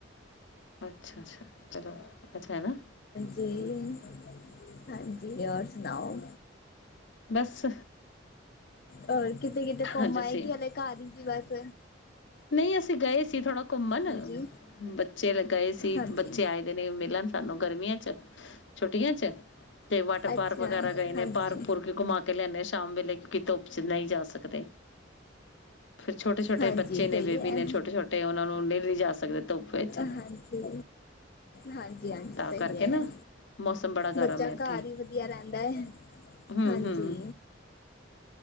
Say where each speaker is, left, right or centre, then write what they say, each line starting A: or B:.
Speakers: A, on the left; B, on the left.
A: ਅੱਛਾ-ਅੱਛਾ, ਚਲੋ ਅੱਛਾ ਹੈਨਾ।
B: ਦੇ ਹਾਂਜੀ ਹੋਰ ਸੁਣਾਓ
A: ਬਸ
B: ਹੋਰ ਕਿਤੇ ਕਿਤੇ ਘੁੰਮ
A: ਅੱਜ
B: ਆਏਗੀ
A: ਅਸੀਂ
B: ਹਲੇ ਘਰ ਹੀ ਸੀ ਬਸ
A: ਨਹੀਂ ਅਸੀਂ ਗਏ ਸੀ ਥੋੜਾ ਘੁੰਮਣ
B: ਹਾਂਜੀ,
A: ਬੱਚੇ ਗਏ ਸੀ
B: ਹਾਂਜੀ।
A: ਬੱਚੇ ਆਏ ਦਿਨ ਮਿਲਣ ਸਾਨੂੰ ਗਰਮੀਆਂ ਚ ਛੁੱਟੀਆਂ ਚ, ਤੇ ਵਾਟਰ ਪਾਰਕ
B: ਅੱਛਾ,
A: ਵਗੈਰਾ ਗਏ, ਨੇ
B: ਹਾਂਜੀ,
A: ਪਾਰਕ ਪੁਰਕ ਘੁੰਮਾ ਕੇ ਲੈਂਦੇ ਸ਼ਾਮ ਵੇਲੇ ਕਿਉਂਕਿ ਧੁੱਪ ਚ ਨਹੀਂ ਜਾ ਸਕਦੇ। ਫੇਰ ਛੋਟੇ-ਛੋਟੇ
B: ਹਾਂਜੀ
A: ਬੱਚੇ ਨੇ
B: ਸਹੀ
A: ਬੇਬੀ
B: ਹੈ,
A: ਨੇ ਛੋਟੇ-ਛੋਟੇ ਉਹਨਾ ਨੂੰ ਨਿਲ <inaudible> ਜਾ ਸਕਦੇ। ਧੁੱਪ ਵਿੱਚ
B: ਹਾਂਜੀ ਹਾਂਜੀ-ਹਾਂਜੀ
A: ਤਾਂ
B: ਸਹੀ
A: ਕਰਕੇ
B: ਹੈ
A: ਨਾ ਮੌਸਮ ਬੜਾ ਗਰਮ
B: ਬੱਚਾ
A: ਹੈ ਇੱਥੇ
B: ਘਰ ਹੀ ਵਧੀਆ ਰਹਿੰਦਾ ਹੈ।
A: ਹੂੰ-
B: ਹਾਂਜੀ।
A: ਹੂੰ